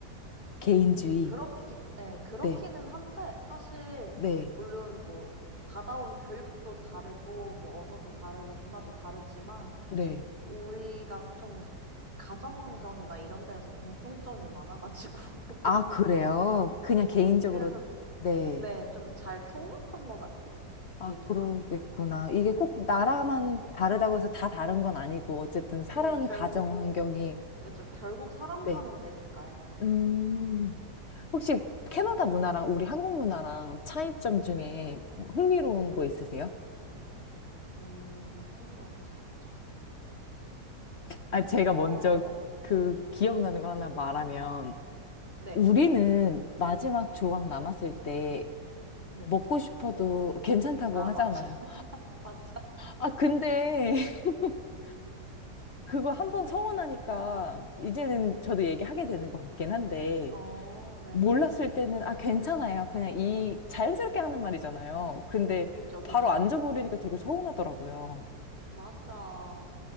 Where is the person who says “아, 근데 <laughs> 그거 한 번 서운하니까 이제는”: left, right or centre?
Left